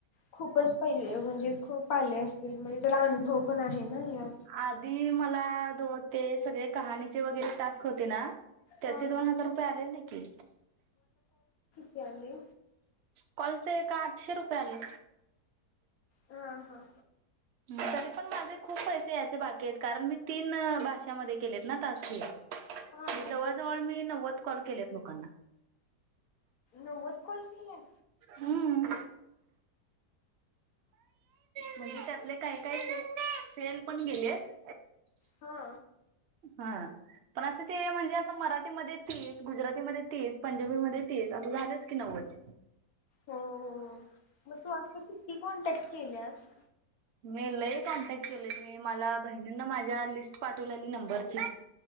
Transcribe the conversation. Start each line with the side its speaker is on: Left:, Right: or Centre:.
Left: खूपच पाहिजे म्हणजे. खूप आले असतील म्हणजे तुला अनुभव पण आहे ना या
Right: आदी मला द ते सगळे कहाणीचे वगैरे टास्क होते ना. त्याचे
Left: हा
Right: दोन हजार रुपये आलेले. के
Left: त्याले.
Right: कॉलच एक आठशे रुपये आले.
Left: हा हा
Right: तरी पण माझे खूप पैसे यायचे बाकी आहेत कारण मी तीन भाषामध्ये केलेत ना टास्क हे.
Left: हा
Right: मी
Left: हा
Right: जवळ जवळ मी नव्वद कॉल केल्यात लोकांना.
Left: नव्वद कॉल केल्यात?
Right: हम्म म्हणजे त्यातले काय काय फेल पण गेलेत.
Left: हा
Right: हा पण असं ते म्हणजे आता मराठीमध्ये तीस गुजरातीमध्ये तीस पंजाबीमध्ये तीस असं झालंच की नव्वद.
Left: हो हो मग तू आस किती कॉन्टॅक्ट केल्यास.
Right: मी लई कॉन्टॅक्ट केलोय मी मला बहिणींना माझ्या लिस्ट पाठवलेली नंबरची